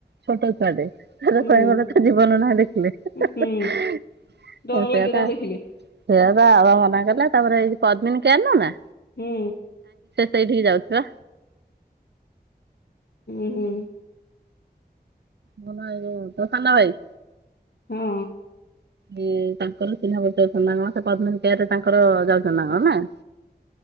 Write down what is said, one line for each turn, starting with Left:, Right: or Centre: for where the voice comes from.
Right: ଛୋଟ ଛୁଆଟେ ତାର
Left: ହୁଁ
Right: କହିବାକୁ ଗଲେ ତା ଜୀବନ ନାହିଁ ଦେଖିଲେ।
Left: ହୁଁ
Right: ଆଉ
Left: ଡର
Right: ସେୟାପା
Left: ଲାଗିବ ତାକୁ
Right: ସେୟାପା
Left: ଦେଖିଲେ
Right: ବାବା ମନା କଲେ ତାପରେ ଏଇ ପଦ୍ମିନୀ କେୟାର ନୁ ନା
Left: ହୁଁ
Right: ସେଇଠିକି ଯାଉଚି ବା
Left: ହୁଁ ହୁଁ
Right: ହ ନା ଏଇ ଯୋଉ ତୋ ସାନ ଭାଇ
Left: ହଁ
Right: ଇଏ ତାଙ୍କର ଚିହ୍ନାପରିଚୟ ଅଛନ୍ତିନା କଣ ସେ ପଦ୍ମାନି କେୟାର ରେ ତାଙ୍କର ଯାଉଛନ୍ତିନା କଣ ନା <inaudible>